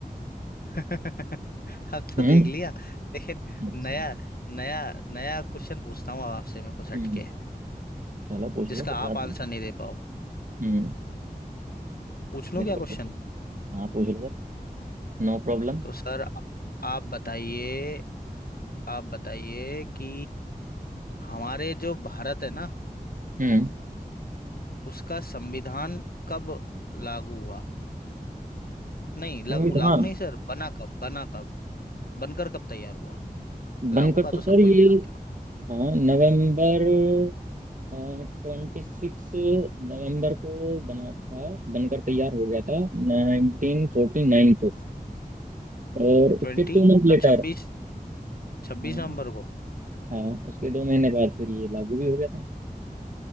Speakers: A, on the left (about 70°); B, on the right (about 55°).
A: <laughs> अब तो
B: हम्म
A: देख लिया लेकिन
B: अच्छा
A: नया नया नया क्वेश्चन पूछता हूँ अब आपसे मैं कुछ हटके
B: हम्म चलो पूछ
A: जिसका
B: लो कोई बात
A: आप आंसर
B: नहीं
A: नहीं दे पाओ
B: हम्म
A: पूछ लूं
B: बिल्कुल
A: क्या क्वेश्चन
B: पूछो हाँ पूछ लो सर No problem
A: तो सर आ- आप बताइए आप बताइए कि हमारे जो भारत है ना
B: हम्म
A: उसका संविधान कब लागू हुआ नहीं लागू
B: संविधान
A: लागू नहीं सर बना कब बना कब बनकर कब तैयार हुआ लागू
B: बनकर
A: का
B: तो
A: तो
B: सर
A: सबको
B: ये
A: ही बता देगा
B: हाँ नवंबर ट्वेंटी सिक्स नवंबर को बना था बनकर तैयार हो गया था नाइनटीन फोर्टी नाइन को और
A: ट्वेंटी
B: उसके टू
A: मतलब
B: मंथ लेटर
A: छब्बीस छब्बीस
B: हाँ
A: नवंबर को
B: हाँ उसके दो महीने बाद फिर ये लागू भी हो गया था